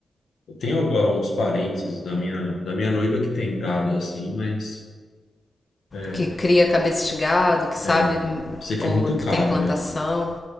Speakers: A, on the left (about 80°); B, on the left (about 25°).
A: Eu tenho alguns parentes da minha, da minha noiva que tem gado assim, mas é,
B: Que cria cabeça de gado, que sabe
A: é, sei que
B: ou
A: é muito
B: que
A: caro,
B: tem plantação.
A: né?